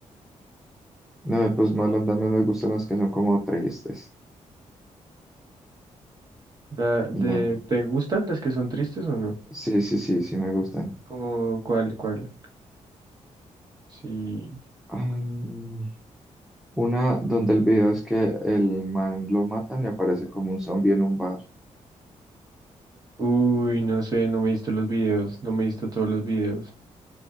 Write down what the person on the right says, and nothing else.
La de,
¿te gustan las que son tristes o no?
Como cuál, cuál. Sí.
Uy, no sé, no me he visto los videos, no me he visto todos los videos.